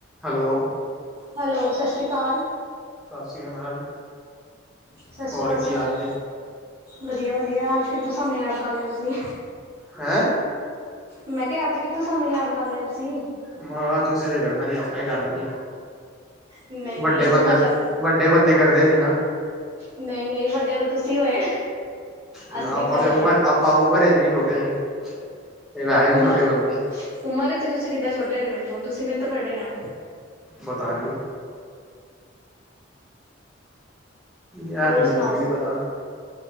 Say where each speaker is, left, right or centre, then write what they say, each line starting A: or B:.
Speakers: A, in the centre; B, on the right (about 30°).
A: Hello
B: hello, ਸਤਿ ਸ੍ਰੀ ਅਕਾਲ।
A: ਸਤਿ ਸ੍ਰੀ ਅਕਾਲ ਮੈਮ,
B: ਸਤਿ ਸ਼੍ਰੀ
A: ਹੋਰ
B: ਅਕਾਲ ਸਰ
A: ਕੀ ਹਾਲ ਨੇ?
B: ਵਧੀਆ- ਵਧੀਆ, ਅੱਜ ਕਿਥੋਂ ਸਾਨੂੰ ਯਾਦ ਕਰ ਲਿਆ, ਤੁਸੀ?
A: ਹੈਂ।
B: ਮੈਂ ਕਿਹਾ, ਅੱਜ ਕਿਥੋਂ ਸਾਨੂੰ, ਯਾਦ ਕਰ ਲਿਆ ਤੁਸੀ?
A: ਮੈਂ ਕਿਹਾ, ਤੁਸੀਂ ਤੇ ਕਰਨਾ ਨੀ, ਆਪਾਂ ਹੀ ਕਰ ਲਈਏ।
B: ਨਹੀਂ,
A: ਵੱਡੇ
B: ਨਹੀਂ ਅਸੀਂ
A: ਬੰਦੇ
B: ਤਾਂ ਕਰ
A: ਵੱਡੇ, ਬੰਦੇ ਕਰਦੇ ਨੀ ਨਾ।
B: ਨਹੀਂ-ਨਹੀਂ, ਵੱਡੇ ਤਾਂ ਤੁਸੀਂ ਹੋਏ।
A: ਨਾ,
B: ਅਸੀਂ ਕਿੱਥੇ
A: ਆਪਾਂ ਤੇ
B: ਵੱਡੇ
A: ਉਮਰ, ਆਪਾਂ ਉਮਰ ਚ ਵੀ ਛੋਟੇ। ਤੇ, ਵੈਸੇ ਵੀ
B: ਉਮਰ
A: ਛੋਟੇ ਬੰਦੇ
B: ਉਮਰ ਚ ਤੁਸੀਂ, ਕਿੱਦਾਂ ਛੋਟੇ ਹੋਏ ਮੇਰੇ ਤੋਂ, ਤੁਸੀਂ ਮੇਰੇ ਤੋਂ ਬੜੇ ਆਂ।
A: ਪਤਾ ਨੀ ਇਹ
B: ਹੋਰ,
A: ਤੇ ਮੈਨੂੰ
B: ਸੁਣਾਓ?
A: ਵੀ ਨੀ ਪਤਾ